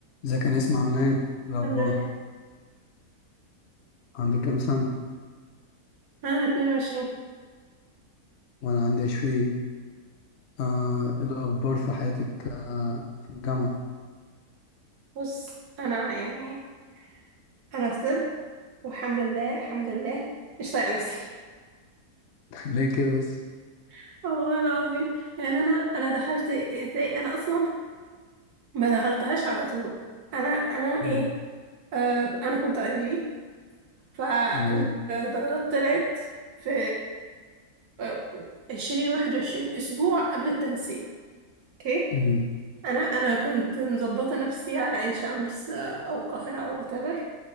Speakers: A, on the left; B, on the right.
A: ازيك يا نسمة عاملة ايه؟ الأخبار
B: الحمد لله
A: عندك كام سنة؟
B: انا 22
A: وأنا عندي عشرين آه إيه الأخبار في حياتك آه في الجامعة
B: بص انا يعني انا في طب والحمد لله الحمد لله مش طايقه نفسي
A: <laughs> ليه كده بس؟
B: <laughs> والله العظيم يعني انا انا دخلت ازاي انا اصلا ما دخلتهاش على طول انا انا
A: مم.
B: ايه آه انا كنت اي جي فالدرجات
A: تمام
B: طلعت في آه، عشرين واحد وعشرين اسبوع قبل التنسيق اوكي
A: مم.
B: انا انا كنت مظبطه نفسي على عين شمس آه، او القاهره او whatever